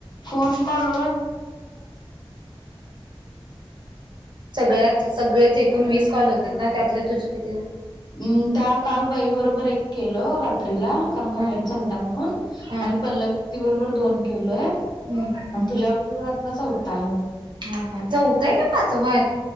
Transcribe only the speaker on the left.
फोन कॉल <unintelligible>
हम्म त्या काल बाई बरोबर एक केलो रात्रीला कारणं
का लेट झालता म्हणून
आणि पल्लवी दी बरोबर दोन केल्लोय.
आणि तुझ्या बरोबर आता चौधा आहे हो